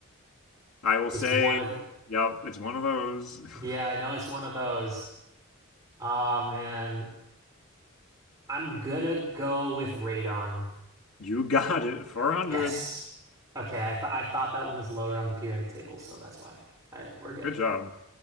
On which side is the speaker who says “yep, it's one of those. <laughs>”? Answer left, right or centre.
Left